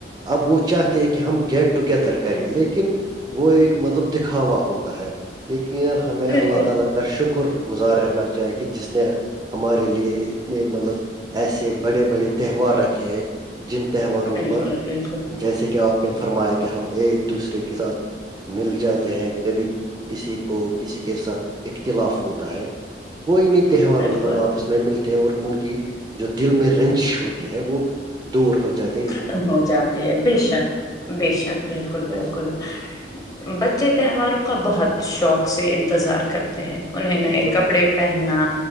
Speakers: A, on the right; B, on the left.
A: اب وہ چاہتے ہیں کہ ہم گیٹ ٹوگیدر کریں لیکن وہ ایک مطلب دکھاوا ہوتا ہے لیکن ہمیں اللہ
B: بالکل
A: تعالی کے کا شکر گزار رہنا چاہے کہ جس نے ہمارے لیے اتنے مطلب ایسے بڑے بڑے تہوار رکھے ہیں جن تہواروں
B: بالکل
A: پر
B: بالکل
A: جیسے کہ آپ نے فرمایا کہ ہم ایک دوسرے کے ساتھ مل جاتے ہیں کبھی کسی کو کسی کے ساتھ اختلاف ہوتا ہے وہ انہیں تہواروں
B: بالکل
A: پر آپس میں میں ملتے ہیں اور ان کی جو دل میں رینچ ہوتی ہے وہ دور ہو جاتی
B: ختم ہو جاتی بے شک بے شک بالکل
A: ہاں
B: بالکل بچے تہواروں کا بہت شوق سے انتظار کرتے ہیں انہیں
A: بالکل
B: نئے کپڑے پہننا